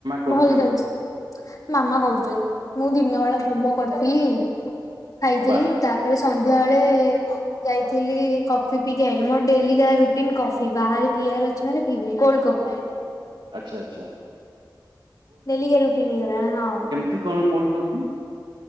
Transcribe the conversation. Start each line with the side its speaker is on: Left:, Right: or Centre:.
Right: କରୁଛନ୍ତି
Left: ଭଲ ଚାଲିଚି। ମାମା କରୁଚନ୍ତି ମୁଁ ଦିନ ବେଳା ମୋମୋ କରିଥିଲି। ଖାଇଥିଲି
Right: ବା
Left: ତାପରେ ସନ୍ଧ୍ୟାବେଳେ ଯାଇଥିଲି କଫି ପିଇକି ଆଇଲି ମୋର ଡେଲି କା ରୁଟିନ କଫି ବାହାରେ ପିଇବାର ଅଛି ମାନେ ପିଇବି କୋଲ୍ଡ କପି।
Right: ଆଚ୍ଛା ଆଚ୍ଛା।
Left: ଡେଲିିକା ରୁଟିନ ହେଇ ଗଲାଣି ହଁ।
Right: ତି କଣ କୋଲ୍ଡ କଫି।